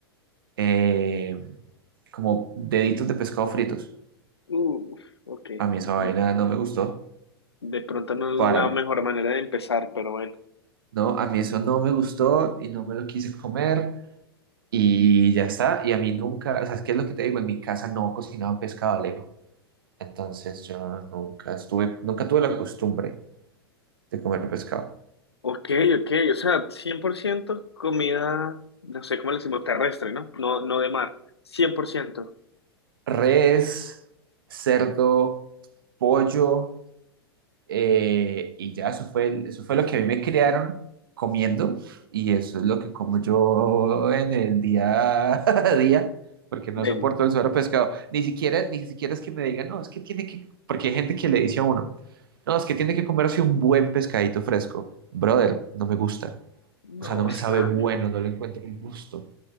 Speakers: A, on the right (about 60°); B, on the left (about 80°).
A: eh, como deditos de pescado fritos.
B: Uf, ok.
A: A mí esa vaina
B: Mm,
A: no me gustó,
B: De pronto no es
A: para,
B: la mejor manera de empezar, pero bueno.
A: ¿no? A mí eso no me gustó y no me lo quise comer y ya está. Y a mí nunca, o sea, es que es lo que te digo, en mi casa no cocinaban pescado Alejo. Entonces yo nunca estuve, nunca tuve la costumbre de comer pescado.
B: Ok, ok, o sea, 100% comida, no sé cómo le decimos, terrestre, ¿no? No, no de mar, 100%.
A: Res, cerdo, pollo, eh, y ya eso fue, el- eso fue lo que a mí me criaron comiendo, y eso es lo que como yo en el día <laughs> a día, porque
B: del...
A: no soporto el suero pescado. Ni siquiera, ni siquiera es que me digan, no, es que tiene que, porque hay gente que le dice a uno, no, es que tiene que comerse un buen pescadito fresco. Brother, no me gusta.
B: No,
A: O sea, no me
B: Sam,
A: sabe bueno, no le encuentro el gusto.